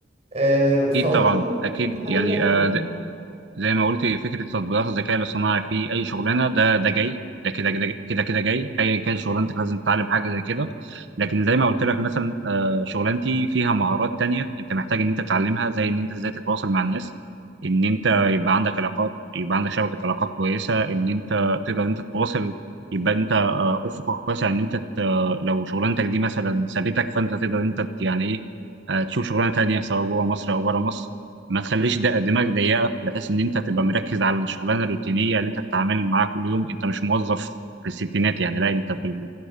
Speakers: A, on the right (about 35°); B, on the right (about 80°).
A: آه، فأظن
B: اكيد طبعا اكيد
A: كل الحاجات
B: يعني
A: دي هتبقى
B: آه،
A: مهمة.
B: زي ما قلت فكره تطبيقات الذكاء الاصطناعي في اي شغلانه ده ده جاي ده كده كده كده كده جاي ايا كان شغلانتك لازم تتعلم حاجه زي كده لكن زي ما قلت لك مثلا آه، شغلانتي فيها مهارات تانية انت محتاج ان انت تتعلمها زي ان انت ازاي تتواصل مع الناس ان انت يبقى عندك علاقات يبقى عندك شبكه علاقات كويسه ان انت تقدر ان انت تتواصل يبقى انت آه، افقك واسع ان انت ت- لو شغلانتك دي مثلا سابتك فانت تقدر ان انت يعني ايه آه، تشوف شغلانه تانية سواء جوه مصر او بره مصر ما تخليش ده- دماغك ضيقه بحيث ان انت تبقى مركز على الشغلانه الروتينيه اللي انت بتتعامل معاها كل يوم انت مش موظف في الستينات يعني لا انت في ال...